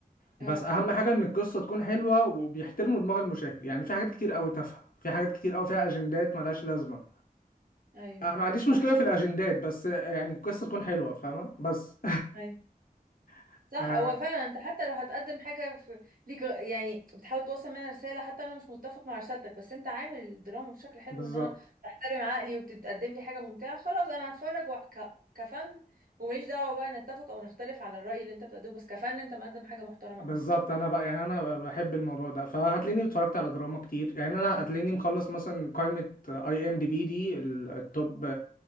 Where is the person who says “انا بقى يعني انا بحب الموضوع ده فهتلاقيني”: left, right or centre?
Left